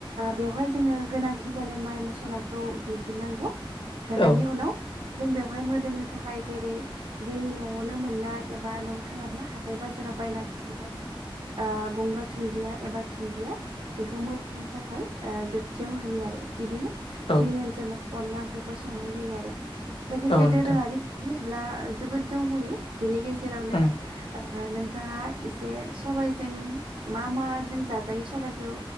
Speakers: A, on the right (about 65°); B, on the left (about 75°).
A: बेवहाय जोङो गोनांथि जानाय माइ मसलाखौ होफिननांगौ। होनायनि
B: औ
A: उनाव जों बेवहाय मोदोमनो थाखाय जेरै जोंनि न'आवनो मोननाय एबा न' थायाब्ला हाथाय बाजाराव बायनानैहाय गंगार धुन्दिया एबा दुुन्दिया मोदोमनो थाखाय जोबथियाव होयो आरो बिदिनो
B: औ
A: जोंनि ओनसोलाव अनला ओंख्रिखौ संनाय जायो आरो लोगोसे
B: औ नोंथां
A: दोरोङारि बिदि होनब्ला जोबोद दंबयो बिनि गेजेरावनो
B: उम
A: ओ नोंथाङा इसे सबाइजों मा माजों जाजायो सबायखौ